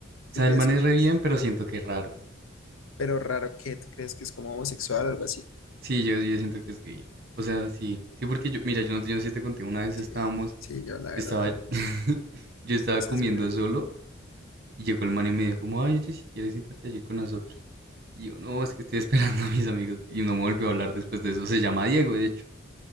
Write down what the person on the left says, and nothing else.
¿Tú crees
que
es?
Pero raro que tú crees que es como homosexual o algo así.
Sí,
sí, yo la verdad
también.
Esas
vibras.